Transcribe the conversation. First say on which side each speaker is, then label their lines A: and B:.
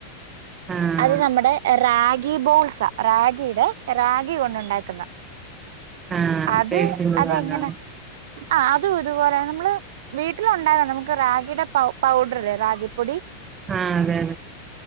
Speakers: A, on the right; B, on the right.
A: ആഹ്
B: അത് നമ്മുടെ റാഗി ബോൾസ് റാഗിയുടെ റാഗി കൊണ്ടുണ്ടാക്കുന്ന
A: ആ <unintelligible>
B: അത് അതെങ്ങനെ ആ അതും ഇതുപോലെ നമ്മള് വീട്ടിലുണ്ടാകാം നമുക്ക് റാഗിയുടെ പൗഡർ അല്ലേ റാഗിപ്പൊടി
A: ആ അതെയതേ